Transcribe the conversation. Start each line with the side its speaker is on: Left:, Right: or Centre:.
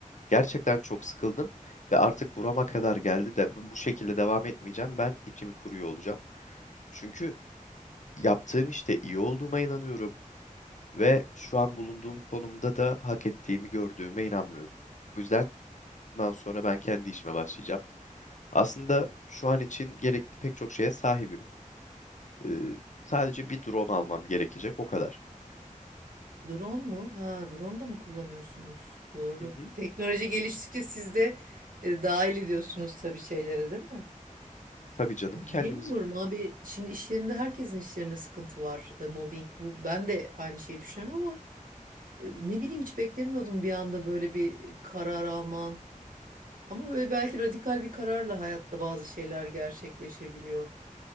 Left: gerçekten çok sıkıldım ve artık burama kadar geldi de bu şekilde devam etmeyeceğim. Ben içimi kuruyor olacağım. Çünkü yaptığım işte iyi olduğuma inanıyorum ve şu an bulunduğum konumda da hak ettiğimi gördüğüme inanmıyorum. O yüzden bundan sonra ben kendi işime başlayacağım. Aslında şu an için gerekli pek çok şeye sahibim. Ee, sadece bir drone almam gerekecek o kadar.
Right: Drone mu? Ha, drone da mı kullanıyorsunuz? Doğru.
Left: Hı hı.
Right: Teknoloji geliştikçe siz de e, dahil ediyorsunuz tabii şeylere değil mi?
Left: Tabii canım
Right: Bilemiyorum
Left: kendimizi
Right: abi. Şimdi işlerinde herkesin işlerinde sıkıntı var. E, mobbing bu. Ben de aynı şeyi düşünüyorum ama E, Ne bileyim hiç beklemiyordum bir anda böyle bir karar alman. Ama böyle belki radikal bir kararla hayatta bazı şeyler gerçekleşebiliyor.